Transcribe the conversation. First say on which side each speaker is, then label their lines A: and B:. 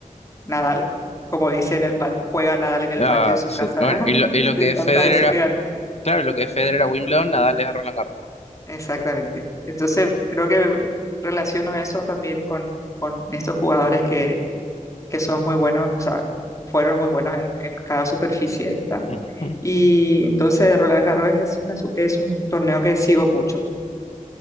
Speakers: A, on the left; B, on the left.
A: Nadal. Como dice en el patio, juega Nadal en el
B: Ah,
A: patio de su
B: sí.
A: casa
B: Bueno, y lo,
A: <laughs>
B: y lo
A: de
B: que
A: tantas
B: es Federer,
A: veces
B: a-
A: que ganó.
B: claro, lo que es Federer
A: Mm,
B: a Wimbledon, nadal es a Roland Garros.
A: Exactamente. Entonces, creo que relaciono eso también con, con estos jugadores que, que son muy buenos, o sea, fueron muy buenos en, en cada superficie esta.
B: Ujú.
A: Y entonces Roland Garros es, una su- es un torneo que sigo mucho.